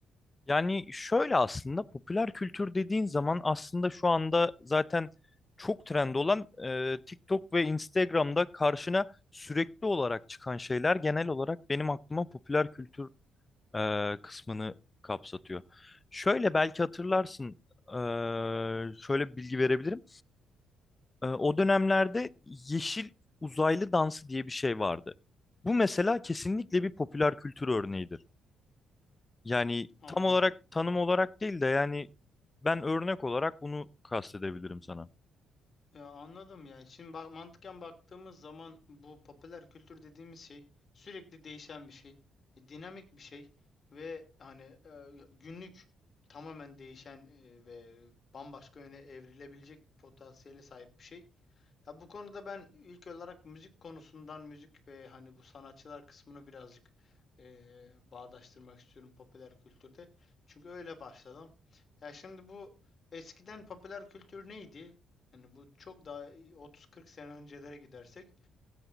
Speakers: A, on the left; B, on the left.
A: Yani şöyle aslında popüler kültür dediğin zaman aslında şu anda zaten çok trend olan e, TikTok ve Instagram'da karşına sürekli olarak çıkan şeyler genel olarak benim aklıma popüler kültür e, kısmını kapsatıyor. Şöyle belki hatırlarsın e, şöyle bir bilgi verebilirim. E, o dönemlerde yeşil uzaylı dansı diye bir şey vardı. Bu mesela kesinlikle bir popüler kültür örneğidir. Yani
B: Anladım.
A: tam olarak tanım olarak değil de yani ben örnek olarak bunu kastedebilirim sana.
B: Ya anladım yani. Şimdi bak mantıken baktığımız zaman bu popüler kültür dediğimiz şey sürekli değişen bir şey, e, dinamik bir şey ve hani e, günlük tamamen değişen e, ve bambaşka yöne evrilebilecek bir potansiyele sahip bir şey. Ya bu konuda ben ilk olarak müzik konusundan müzik ve hani bu sanatçılar kısmını birazcık eee, bağdaştırmak istiyorum popüler kültürde. Çünkü öyle başladım. Ya şimdi bu eskiden popüler kültür neydi? Hani bu çok daha 30-40 sene öncelere gidersek